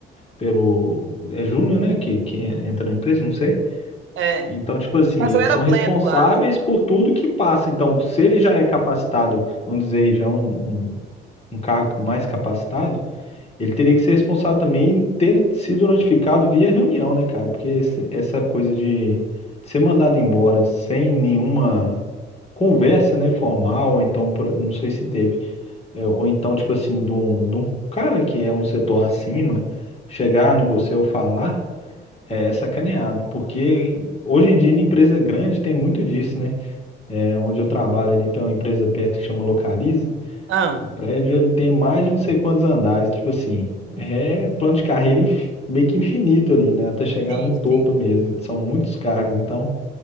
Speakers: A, on the left (about 30°); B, on the right (about 75°).
A: pelo, é júnior, né? Que, que entra na empresa, não sei.
B: É,
A: Então, tipo assim,
B: no caso
A: eles
B: eu era
A: são responsáveis
B: pleno lá.
A: por tudo que passa. Então, se ele já é capacitado, vamos dizer, já é um, um, um cargo mais capacitado, ele teria que ser responsável também em ter sido notificado via reunião, né, cara? Porque esse- essa coisa de ser mandado embora sem nenhuma conversa, né, formal, ou então, por- não sei se teve, é, ou então, tipo assim, de um, de um cara que é um setor acima, chegar em você ou falar, é, é sacaneado. Porque hoje em dia, em empresa grande, tem muito disso, né? É, onde eu trabalho ali, tem uma empresa perto que chama Localiza.
B: Ah,
A: O prédio ele tem mais de não sei quantos andares, tipo assim, é plano de carreira inf- meio que infinito ali, né? Até chegar
B: sim,
A: no topo
B: sim.
A: mesmo. São muitos cargos, então